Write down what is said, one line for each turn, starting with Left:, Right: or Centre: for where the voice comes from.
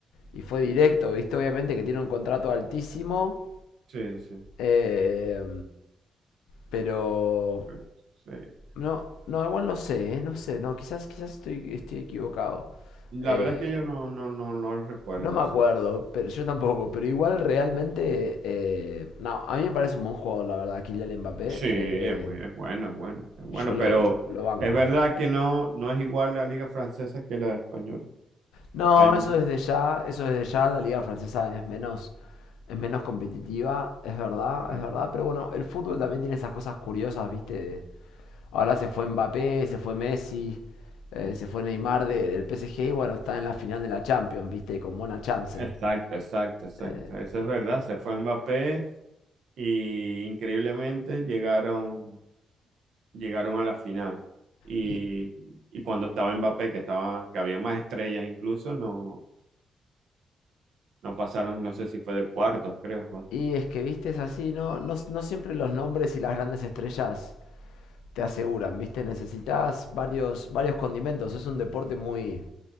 Left: y fue directo, ¿viste? Obviamente que tiene un contrato altísimo,
Right: Sí, sí,
Left: eh, pero
Right: sí.
Left: no, no, igual no sé, eh, no sé, no, quizás, quizás estoy, estoy equivocado.
Right: La
Left: Eh,
Right: verdad es que yo no, no, no, no lo recuerdo,
Left: No
Right: no
Left: me acuerdo,
Right: sé.
Left: pero yo tampoco. Pero igual realmente. eh, no, a mí me parece un buen jugador, la verdad, Kylian Mbappé.
Right: Sí, es
Left: eh,
Right: muy, es bueno, es bueno, es bueno,
Left: yo lo,
Right: pero
Left: lo banco.
Right: es verdad que no, no es igual la liga francesa que la española.
Left: No,
Right: Hay, mu-
Left: eso desde ya, eso desde ya, la liga francesa es menos, es menos competitiva, es verdad,
Right: Ajá.
Left: es verdad. Pero bueno, el fútbol también tiene esas cosas curiosas, ¿viste? ahora se fue Mbappé, se fue Messi, eh, se fue Neymar de- del PSG y bueno, está en la final de la Champions, ¿viste? Con buena chance.
Right: Exacto, exacto, exacto.
Left: Eh,
Right: Eso es verdad. Se fue Mbappé y increíblemente llegaron, llegaron a la final. Y,
Left: y,
Right: y cuando estaba Mbappé, que estaba, que había más estrellas incluso, no, no pasaron, no sé si fue de cuartos, creo.
Left: Y es que, viste, es así, no, no, no siempre los nombres y las grandes estrellas te aseguran, viste, necesitas varios, varios condimentos, es un deporte muy,